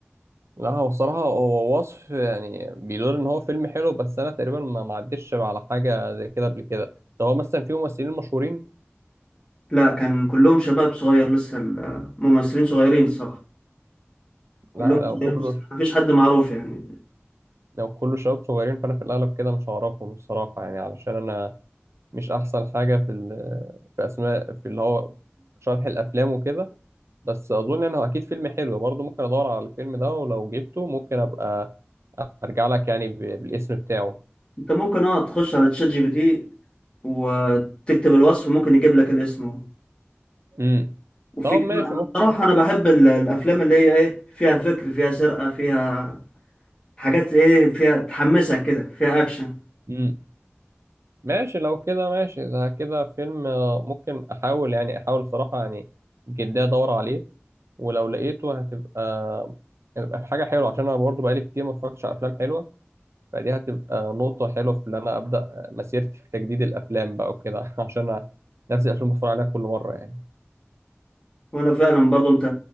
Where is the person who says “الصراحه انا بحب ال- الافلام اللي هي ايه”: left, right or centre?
Left